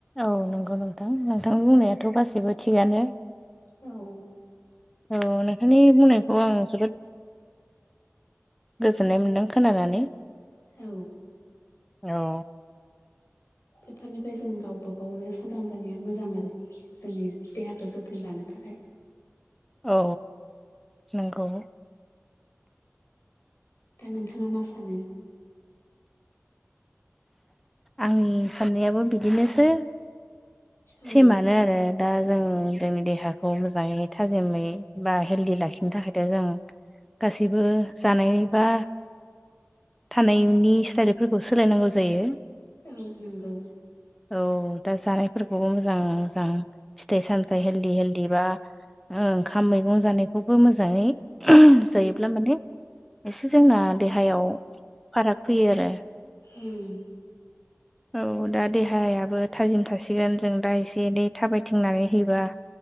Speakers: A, in the centre; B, on the left.
A: औ नंगौ नोंथां। नोंथांनि बुंनायाथ' गासैबो थिगआनो।
B: औ।
A: औ, नोंथांनि बुंनायखौ आं जोबोद गोजोननाय मोनदों खोनानानै
B: औ
A: औ।
B: बेफोरनिफ्राय जों गावबा -गावनो सांग्रां जानाया मोजां आरो। जोंनि देहाखौ जोथोन जोथोन लानो थाखाय।
A: औ नोंगौ।
B: दा नोंथाङा मा सानो?
A: आंनि साननायाबो बिदिनोसै
B: औ
A: सेमानो आरो दा जों जोंनि देहाखौ मोजाङै थाजिमै बा हेल्दि लाखिनो थाखायथ' जों गासिबो जानायनि बा थानायनि स्टाइलफोरखौ सोलायनांगौ जायो।
B: औ नंगौ।
A: औ दा जानायफोरखौबो मोजां- मोजां फिथाइ- सामथाइ हेलदि -हेलदि बा ओंखाम मैगं जानायखौबो मोजाङै जायोब्ला
B: औ
A: माने एसे जोंना देहायाव फाराग फैयो आरो।
B: उम।
A: औ दा देहायाबो थाजिम थासिगोन। जों दा एसे- एनै थाबायथिंनानै होयोबा